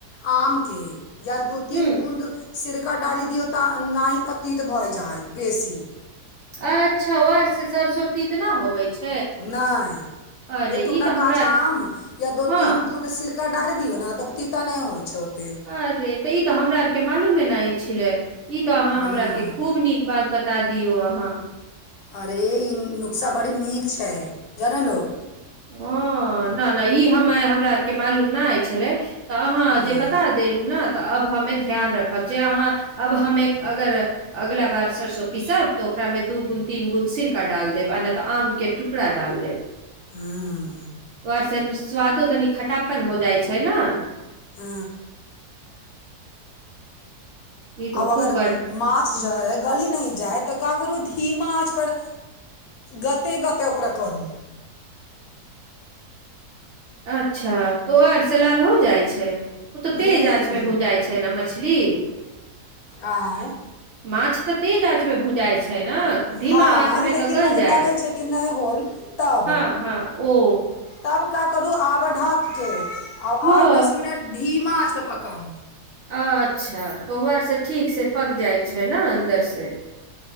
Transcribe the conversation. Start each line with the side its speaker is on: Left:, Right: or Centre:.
Left: आम के या दू तीन
Right: ह
Left: बूँद सिरका डाली दिऔ तऽ नहि तीत भऽ जायत बेसी
Right: अच्छा, <unintelligible> होवे छै
Left: नहि
Right: अरे
Left: एक टुका
Right: ई तऽ
Left: काँचा
Right: हमरा आर
Left: आम या दू
Right: हँ
Left: तीन बुद सि डाल दियौ ने तब तीता नहि होई छै ओते
Right: अरे ते ई तऽ हमरा आर के मालूमे नहि छलै ई तऽ अहाँ
Left: हँ
Right: हमरा आर के खूब नीक बात बता दियौ अहा
Left: अरे ई नुक्शा बड़ी नीक छै जानलो।
Right: हँ नहि नहि ई हमरा आर के मालूम नहि आय छलै। त अहाँ
Left: हँ
Right: जे बता देलहु ने तऽ आब हमे ध्यान रखब जे अहाँ आब हमे अगर। अगिला बार सरिसो पीसब तऽ ओकरा मे दू गुण तीन गुण सिरक डाल देब आ नहि तऽ आम के टुकड़ा डाल देब
Left: हूँ।
Right: त से स्वादो तनि खटापन हो जाइ छै ने
Left: हू
Right: ई तो
Left: आब
Right: खूब
Left: अगर
Right: बढ़िया
Left: मार्क्स
Right: ह
Left: जो हय गली नहि जाइ तऽ का करू धीमा आँचपर गते गते ओकरा करू
Right: अच्छा तोआर से लाल हो जाइ छै उ तऽ
Left: हूँ
Right: तेज आँचमे भुँजाइ छै ने मछली
Left: आँय
Right: माछ तऽ तेज आँचमे भुँजाइत छै ने धीमा
Left: हँ
Right: आँच मे
Left: लेकिन
Right: तऽ गल
Left: अगर
Right: जाय
Left: लगै छै कि नहि होल तब
Right: हँ हँ ओ
Left: तब का करू आबर ढक के आओ
Right: हँ
Left: आठ दस मिनट धीमाँ आँचपे पकाउ
Right: अच्छा तऽ ओ आर से ठीक से पक जाय छै नऽ अन्दर से